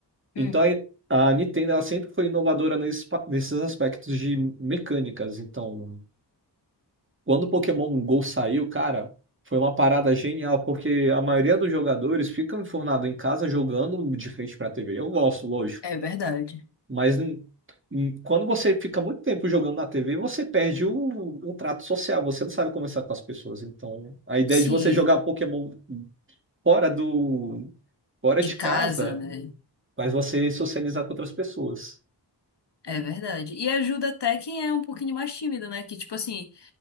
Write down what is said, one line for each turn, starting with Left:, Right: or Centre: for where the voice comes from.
Left: Hum.
Right: Então aí, a Nintendo ela sempre foi inovadora nesses, pa- nesses aspectos de mecânicas. Então, quando o Pokémon Go saiu, cara, foi uma parada genial, porque a maioria dos jogadores ficam enfurnados em casa jogando de frente para a TV. Eu gosto, lógico,
Left: É verdade.
Right: mas n- n- quando você fica muito tempo jogando na TV, você perde o, o trato social, você não sabe conversar com as pessoas. Então, a ideia
Left: Sim.
Right: de você jogar Pokémon fora do Fora
Left: De
Right: de
Left: casa,
Right: casa,
Left: né?
Right: faz você socializar com outras pessoas.
Left: É verdade. E ajuda até quem é um pouquinho mais tímido, né? Que, tipo assim,